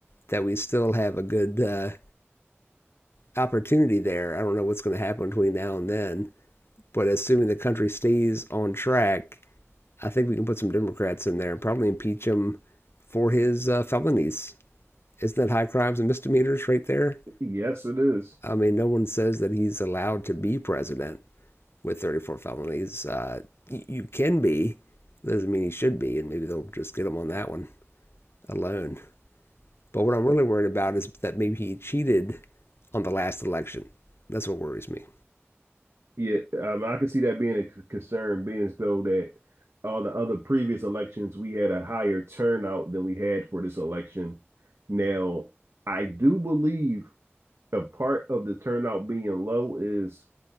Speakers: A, on the left; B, on the right.
A: that we still have a good uh, opportunity there. I don't know what's going to happen between now and then, but assuming the country stays on track, I think we can put some Democrats in there and probably impeach him for his uh, felonies. Isn't that high crimes and misdemeanors right there?
B: Yes, it is.
A: I mean, no one says that he's allowed to be president with 34 felonies. Uh, you can be, doesn't mean he should be, and maybe they'll just get him on that one alone. But what I'm really worried about is that maybe he cheated on the last election. That's what worries me.
B: Yeah, um, I can see that being a concern, being as though that all the other previous elections, we had a higher turnout than we had for this election. Now, I do believe a part of the turnout being low is